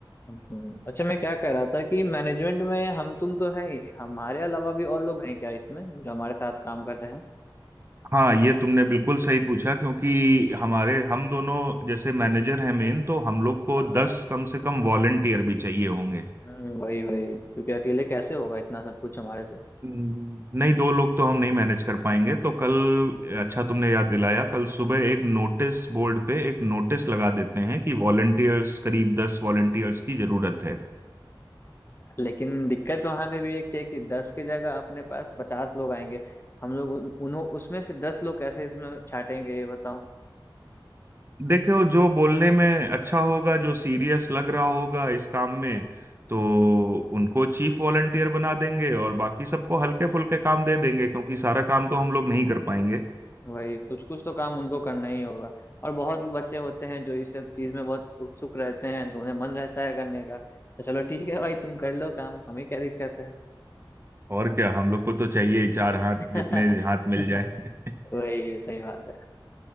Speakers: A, on the left (about 30°); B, on the right (about 30°).
A: हम्म। अच्छा मैं क्या कह रहा था कि मैनेजमेंट में हम तुम तो हैं ही हमारे अलावा भी और लोग हैं क्या इसमें जो हमारे साथ काम कर रहे हैं
B: हाँ ये तुमने बिल्कुल सही पूछा क्योंकि हमारे हम दोनों जैसे मैनेजर हैं मेन तो हम लोग को
A: हाँ
B: दस कम से कम वॉलंटियर भी चाहिए होंगे
A: हम्म वही वही क्योंकि अकेले कैसे होगा इतना सब कुछ हमारे से
B: हम्म, नहीं दो लोग तो हम नहीं मैनेज कर पाएंगे तो कल अच्छा तुमने याद दिलाया कल सुबह एक नोटिस बोर्ड पे एक नोटिस लगा देते हैं कि वॉलंटियर्स करीब दस वॉलंटियर्स की जरूरत है
A: लेकिन दिक्कत वहां पे भी एक है कि दस की जगह अपने पास पचास लोग आएंगे हम लोग उन- उन्हों उसमें से दस लोग कैसे इसमें छाटेंगे ये बताओ
B: देखो जो बोलने में अच्छा होगा जो सीरियस लग रहा होगा इस काम में तो उनको चीफ वॉलंटियर बना देंगे और बाकी सबको हल्के फुल्के काम दे देंगे क्योंकि सारा काम तो हम लोग नहीं कर पाएंगे
A: वही कुछ कुछ तो काम उनको करना ही होगा और बहुत बच्चे होते हैं जो इस सब चीज में बहुत उत्सुक रहते हैं तो उन्हें मन रहता है करने का तो चलो ठीक है भाई तुम कर लो काम हमें क्या दिक्कत है
B: और क्या हम लोग को तो चाहिए ही चार हाथ
A: <laughs>
B: जितने हाथ मिल जाए <laughs>
A: वही ये सही बात